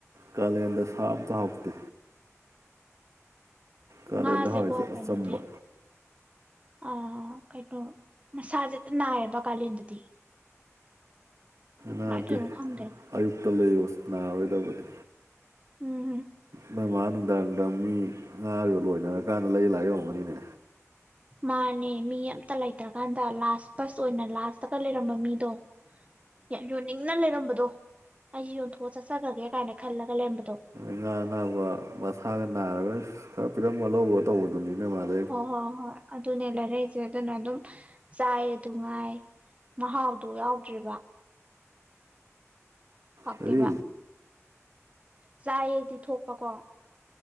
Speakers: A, on the right; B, on the right.
A: ꯀꯥꯂꯦꯟꯗ ꯁꯥ ꯑꯃꯇꯥ ꯍꯥꯎꯇꯦ ꯀꯥꯂꯦꯟꯗ
B: ꯉꯥꯖꯦꯀꯣ
A: ꯍꯥꯎꯔꯤꯁꯦ
B: ꯀꯥꯏꯅꯨꯗꯤ
A: ꯑꯆꯝꯕ
B: ꯑꯥ ꯀꯩꯅꯣ ꯃꯁꯥꯁꯦ ꯅꯥꯏꯌꯦꯕ ꯀꯥꯂꯦꯟꯗꯗꯤ ꯀꯃꯥꯏꯅ
A: ꯅꯥꯗꯦ
B: ꯇꯧꯔꯤꯅꯣ ꯈꯪꯗꯦ
A: ꯑꯌꯨꯛꯇ ꯂꯩꯌꯣ ꯅꯥꯔꯣꯏꯗꯕꯅꯤ
B: ꯎꯝ
A: ꯅꯪ ꯃꯥ ꯅꯨꯡꯗꯥꯡ ꯅꯨꯡꯗꯥꯡ ꯃꯤ ꯉꯣ ꯂꯣꯏꯅꯔꯀꯥꯟꯗ ꯂꯩ ꯂꯥꯏ ꯑꯣꯏꯔꯝꯅꯤꯅꯦ
B: ꯃꯥꯅꯦ ꯃꯤ ꯑꯝꯇ ꯂꯩꯇ꯭ꯔꯀꯥꯟꯗ ꯂꯥꯁ ꯐꯁ ꯑꯣꯏꯅ ꯂꯥꯁꯇꯒ ꯂꯩꯔꯝꯕ ꯃꯤꯗꯣ ꯌꯥꯝ ꯌꯣꯟꯅꯤꯡꯅ ꯂꯩꯔꯝꯕꯗꯣ ꯑꯩꯁꯦ ꯌꯣꯟꯊꯣꯛꯑ ꯆꯠꯆꯈꯒꯦ ꯀꯥꯏꯅ ꯈꯜꯂꯒ ꯂꯩꯔꯝꯕꯗꯣ
A: ꯉꯥ ꯑꯅꯥꯕ ꯃꯁꯥꯒ ꯅꯥꯔꯒ ꯈꯔ ꯄꯤꯔꯝꯕ ꯂꯧꯕ ꯇꯧꯕꯗꯨꯅꯤꯅ ꯃꯥꯜꯂꯦ
B: ꯍꯣꯏ ꯍꯣꯏ ꯍꯣꯏ ꯑꯗꯨꯅꯦ ꯂꯩꯔꯛꯏꯁꯦ ꯑꯗꯨꯅ ꯑꯗꯨꯝ ꯆꯥꯏ ꯑꯗꯨ ꯉꯥꯏ ꯃꯍꯥꯎꯗꯨ ꯌꯥꯎꯗ꯭ꯔꯤꯕ ꯍꯇꯦꯕ
A: ꯀꯔꯤ
B: ꯆꯥꯏꯌꯦꯗꯤ ꯊꯣꯛꯄꯀꯣ